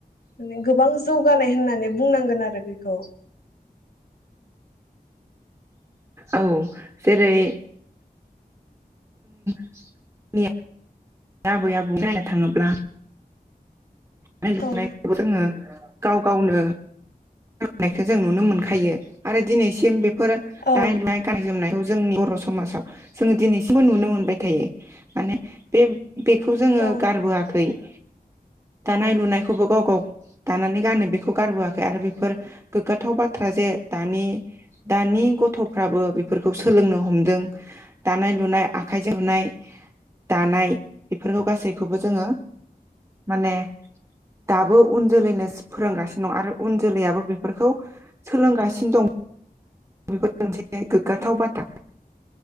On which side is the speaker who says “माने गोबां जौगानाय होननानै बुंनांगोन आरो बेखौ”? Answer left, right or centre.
Left